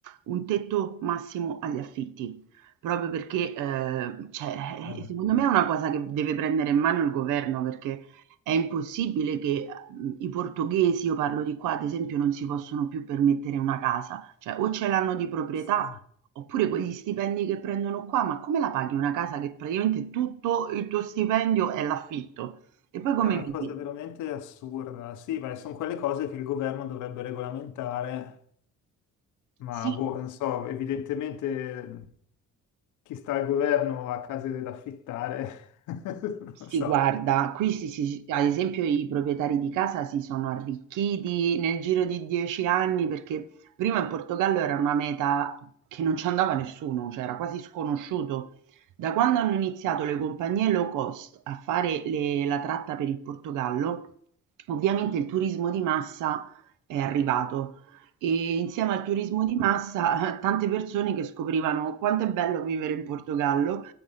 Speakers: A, on the right (about 85°); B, on the left (about 80°).
A: un tetto massimo agli affitti, proprio perché, eh, cioè,
B: Eh,
A: eh, secondo me è una cosa che deve prendere in mano il governo, perché è impossibile che eh, i portoghesi, io parlo di qua, ad esempio, non si possono più permettere una casa. Cioè, o ce l'hanno di proprietà
B: sì.
A: Oppure quegli stipendi che prendono qua, ma come la paghi una casa che praticamente tutto il tuo stipendio è l'affitto? E poi come
B: È una
A: vivi?
B: cosa veramente assurda. Sì, ma sono quelle cose che il governo dovrebbe regolamentare, ma
A: Sì.
B: boh, non so, evidentemente chi sta al governo ha case da affittare, <laughs>
A: Si
B: non so.
A: guarda, qui si, si- ad esempio i proprietari di casa si sono arricchiti nel giro di dieci anni perché prima in Portogallo era una meta che non ci andava nessuno, cioè era quasi sconosciuto. Da quando hanno iniziato le compagnie low cost a fare le- la tratta per il Portogallo, ovviamente il turismo di massa è arrivato e insieme al turismo di massa <laughs> tante persone che scoprivano quanto è bello vivere in Portogallo